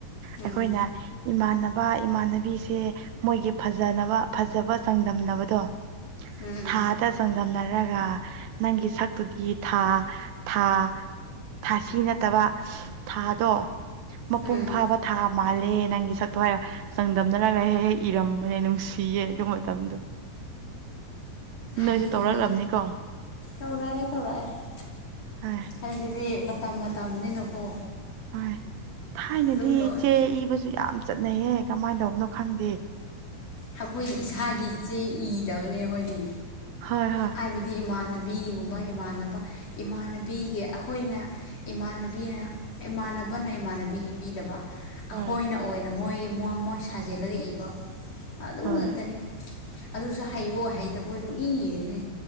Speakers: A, on the left (about 45°); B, on the right (about 80°).
A: ꯎꯝ
B: ꯑꯩꯈꯣꯏꯅ ꯏꯃꯥꯟꯅꯕ ꯏꯃꯥꯟꯅꯕꯤ ꯆ‌ꯦ ꯃꯣꯏꯒꯤ ꯐꯖꯅꯕ ꯐꯖꯕ ꯆꯥꯡꯗꯝꯅꯕꯗꯣ
A: ꯎꯝ
B: ꯊꯥꯗ ꯆꯥꯡꯗꯝꯅꯔꯒ ꯅꯪꯒꯤ ꯁꯛꯇꯨꯗꯤ ꯊꯥ ꯊꯥ ꯊꯥꯁꯤ ꯅꯠꯇꯕ ꯊꯥꯗꯣ ꯃꯄꯨꯡ
A: ꯎꯝ
B: ꯐꯥꯕ ꯊꯥ ꯃꯥꯜꯂꯦ ꯅꯪꯒꯤ ꯁꯛꯇꯣ ꯍꯥꯏꯔꯣ ꯆꯪꯗꯝ ꯊꯝꯅꯔꯒ ꯍꯦꯛ ꯍꯦꯛ ꯏꯔꯝꯕꯅꯦ ꯅꯨꯡꯁꯤꯌꯦ ꯑꯗꯨ ꯃꯇꯝꯗꯣ
A: ꯍꯩꯔꯦꯅꯦ
B: ꯅꯣꯏꯁꯨ ꯇꯧꯔꯛꯂꯕꯅꯤꯀꯣ
A: ꯇꯧꯔꯛꯑꯦ ꯇꯧꯔꯛꯑꯦ
B: ꯍꯣꯏ
A: ꯍꯥꯏꯁꯤꯗꯤ ꯃꯇꯝ ꯃꯇꯝꯅꯤꯅꯀꯣ
B: ꯍꯣꯏ ꯊꯥꯏꯅꯗꯤ
A: ꯑꯗꯨꯝ ꯂꯣꯏ
B: ꯆꯦ ꯏꯕꯁꯨ ꯌꯥꯝ ꯆꯠꯅꯩꯌꯦ ꯀꯃꯥꯏꯅ ꯇꯧꯕꯅꯣ ꯈꯪꯗꯦ
A: ꯑꯩꯈꯣꯏ ꯏꯁꯥꯒꯤ ꯆꯦ ꯏꯗꯕꯅꯦ ꯑꯩꯈ‌ꫭꯏꯗꯤ
B: ꯍꯣꯏ ꯍꯣꯏ
A: ꯍꯥꯏꯕꯗꯤ ꯏꯃꯥꯟꯅꯕꯤꯒꯨꯝꯕ ꯏꯃꯥꯟꯅꯕ ꯏꯃꯥꯟꯅꯕꯤꯒꯤ ꯑꯩꯈꯣꯏꯅ ꯏꯃꯥꯟꯅꯕꯤꯅ ꯏꯃꯥꯟꯅꯕꯅ ꯏꯃꯥꯟꯅꯕꯤꯒꯤ ꯄꯤꯗꯕ
B: ꯍꯣꯏ
A: ꯑꯩꯈꯣꯏꯅ ꯑꯣꯏꯅ ꯃꯣꯏ ꯃꯣꯏ ꯁꯥꯖꯤꯜꯂꯒ ꯏꯕ ꯑꯗꯨ
B: ꯍꯣꯏ
A: ꯉꯥꯛꯛꯇꯅꯦ ꯑꯗꯨꯁꯨ ꯍꯩꯕ ꯑꯣꯏ ꯍꯩꯇꯕꯣꯏ ꯄꯨꯡꯏ ꯏꯔꯤꯅꯦ